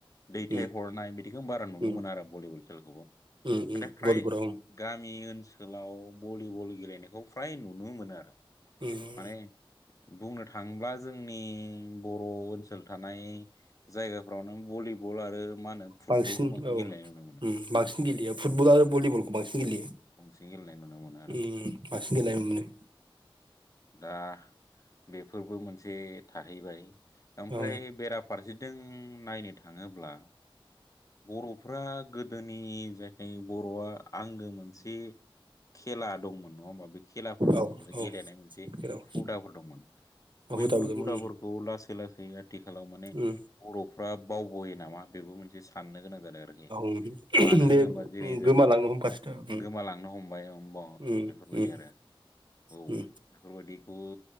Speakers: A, on the left; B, on the right.
A: दैथाय
B: उम
A: हरनाय बिदिखौ बारा नुनो
B: उम
A: मोना आरो भलिबल खेलखौबो
B: उम उम
A: नाथाय फ्राय
B: भलिबलाव उम
A: गामि ओनसोलाव भलिबल गेलेनायखौ फ्राय नुनो मोना आरो।
B: उम
A: माने बुंनो थाङोब्ला जोंनि बर' ओनसोल थानाय जायगाफ्रावनो भलिबल आरो मा होनो फुटबलखौ
B: बांसिन औ
A: गेलेनाय नुनो मोनो
B: बांसिन गेलेयो फुटबल आरो भलिबलखौ बांसिन गेलेयो।
A: बांसिन गेलेनाय नुनो मोनो आरो
B: उम बांसिन गेलेनाय नुनो मोनो।
A: दा बेफोरबो मोनसे थाहैबाय। ओमफ्राय
B: औ
A: बेराफारसेथिं नायनो थाङोब्ला बर'फ्रा गोदोनि जायथाय बर'आ आंगो मोनसे खेला दंमोन नङा होमबा बे खेलाफोर दंमोन
B: औ
A: बा
B: औ
A: गेलेनाय मोनसे
B: जेराव
A: हुदाफोर दंमोन बैफोर
B: हुदाबो दंमोन
A: हुदाफोर खौ‌ लासै लासै आथिखालाव माने
B: उम
A: बर'फ्रा बावबोयो नामा बेबो मोनसे साननो गोनां जादों आरो। खि
B: औ
A: मानो होनोबा
B: बे
A: जेरै जों
B: <unintelligible>
A: गोमालांनो हमबाय <unintelligible>
B: उम
A: बेफोरबायदि
B: उम
A: आरो औ।
B: उम
A: बेफोरबायदिखौ